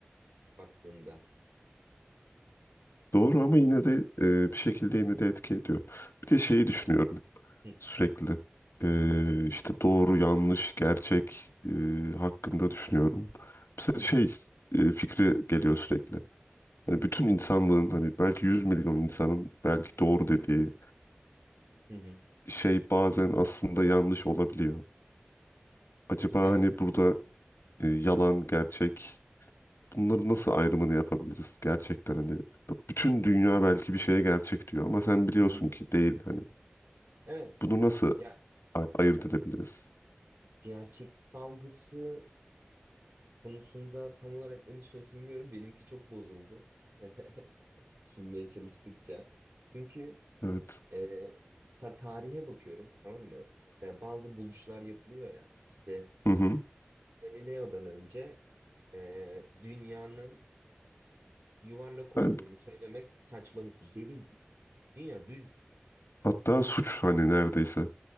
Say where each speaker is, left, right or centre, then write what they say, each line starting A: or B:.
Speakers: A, on the right (about 85°); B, on the left (about 85°).
A: baktığında.
B: Doğru ama yine de e, bir şekilde yine de etki ediyor. Bir de şeyi düşünüyorum
A: Hı
B: sürekli. E, işte doğru, yanlış, gerçek e, hakkında düşünüyorum. Mesela
A: hı hı
B: şey e, fikri geliyor sürekli. Hani bütün insanlığın hani belki 100 milyon insanın belki doğru dediği
A: hı. hı.
B: e, şey bazen aslında yanlış olabiliyor. Acaba
A: Evet.
B: hani burada e, yalan, gerçek bunların nasıl ayrımını yapabiliriz gerçekten hani b- bütün dünya belki bir şeye gerçek diyor ama sen biliyorsun
A: Hı hı.
B: ki değil hani
A: Evet.
B: bunu nasıl
A: Ya
B: a- ayırt edebiliriz?
A: gerçek algısı konusunda tam olarak ne düşünüyorsun bilmiyorum. Benimki çok bozuldu. <laughs> Düşünmeye çalıştıkça. Çünkü
B: Evet.
A: e, mesela tarihe bakıyorum tamam mı? Mesela bazı buluşlar yapılıyor ya. İşte
B: Hı hı.
A: Galileo'dan önce e, dünyanın yuvarlak olduğunu
B: Yani
A: söylemek saçmalık. Deliydi. Dünya düzdü.
B: hatta suç hani neredeyse.